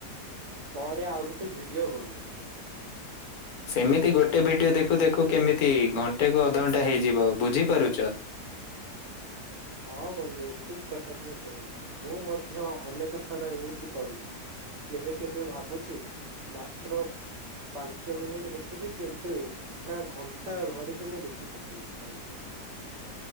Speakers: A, on the right; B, on the left.
A: ପରେ ଆଉ ଗୋଟେ ଭିଡିଓ ବନୁିବୁ।
B: ସେମିତି ଗୋଟେ ଭିଡିଓ ଦେଖୁ ଦେଖୁ କେମିତି ଘଣ୍ଟେ କୁ ଅଧଘଣ୍ଟା ହେଇଯିବ ବୁଝିପାରୁଛ
A: ହଁ ବନ୍ଧୁ ଠିକ କଥା ଟିକେ କହିଲ ମୁଁ ମଧ୍ୟ ଅନେକ ଥର ଏମିତି କରିଛି। କେବେ କେବେ ଭାବୁଛି ମାତ୍ର ପାଞ୍ଚ ମିନିଟ ଦେଖିବେ କିନ୍ତୁ ଏକା ଘଣ୍ଟା ଧରିକି ମୁଁ ଦେଖି ପକଉଛି ବନ୍ଧୁ